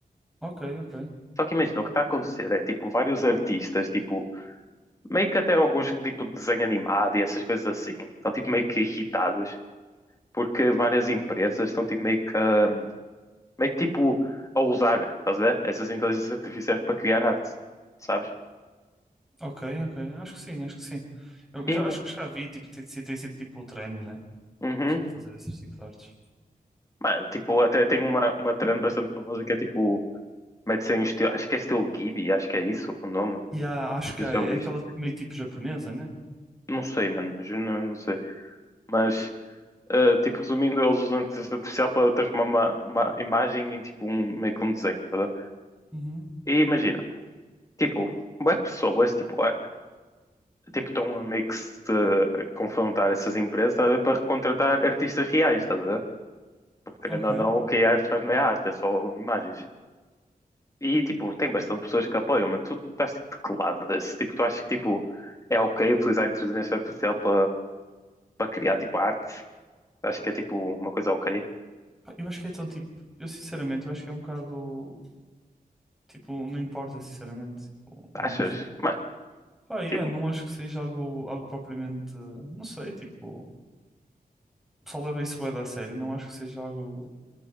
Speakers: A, in the centre; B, on the left.
A: ok, ok.
B: Só que imagina, o que está a acontecer é que tipo vários artistas, tipo, meio que até alguns que, tipo de desenho animado e essas coisas assim, estão tipo meio que irritados porque várias empresas estão tipo meio que a meio que tipo a usar, estás a ver? Essas inteligências artificiais para criar arte, sabes?
A: Ok, ok. Acho que sim, acho que sim. Eu
B: E,
A: já,
B: man,
A: acho que já vi, tipo, tem, sido- tem sido tipo o trend, né?
B: uhum.
A: O pessoal fazer esses tipos de artes.
B: Mano, tipo, até tem uma, uma trend bastante famosa que é tipo, mete-se em estilo, acho que é estilo Ghibli, acho que é isso o nome.
A: E há, acho
B: Não
A: que
B: sei
A: há,
B: se já
A: é
B: ouviste.
A: aquela meio tipo japonesa, né?
B: Não sei, mano, juro, não, não sei. Mas, eh, tipo, resumindo, eles usam a inteligência artificial para transformar uma, uma imagem em tipo um, meio que um desenho, tá a ver?
A: Uhum,
B: E imagina, tipo, bué de pessoas, tipo, eh, tipo, estão a meio que se eh, confrontar essas empresas, tá a ver, para contratar artistas reais, tá? a ver? Porque querendo
A: ok.
B: ou não, o que a AI faz não é arte, é só imagens. E tipo, tem bastante pessoas que apoiam, mano. Tu estás tipo de que lado desse? Tipo, tu achas que tipo, é ok utilizar a inteligência artificial para para criar tipo arte? Acho que é tipo uma coisa ok.
A: Pá, Eu acho que é tão tipo. Eu sinceramente, eu acho que é um bocado. Tipo, não importa, sinceramente. Tipo,
B: Achas?
A: não acho que.
B: Mano,
A: Pá, yeah,
B: tipo,
A: não acho que seja algo, algo propriamente. Não sei, tipo. O pessoal leva isso bem a sério. Não acho que seja algo.